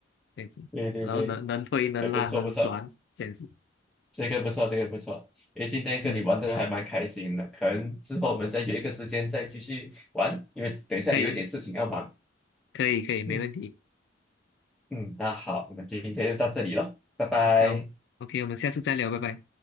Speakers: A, on the left (about 60°); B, in the centre.
A: 这样子，
B: <laughs> 对对对，
A: 然后能能推能拉能转这样子，
B: 哎，不错不错，这个不错，这个不错。哎，今天跟你玩的还蛮开心的，
A: 嗯，
B: 可能之后我们再约一个时间再继续玩，因为等一下有一点事情要忙。
A: 可以可以可以，没问题。
B: 嗯嗯，那好，我们今天就到这里了，拜拜。
A: 那我 OK，我们下次再聊，拜拜。